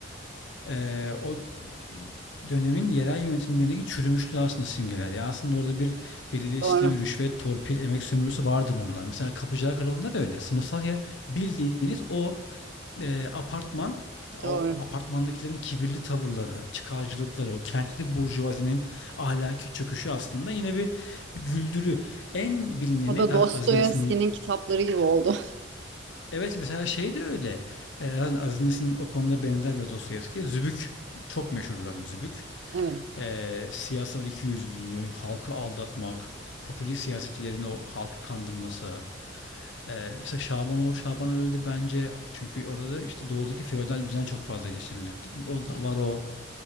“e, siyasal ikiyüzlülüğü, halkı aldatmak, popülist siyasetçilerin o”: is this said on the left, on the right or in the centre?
Left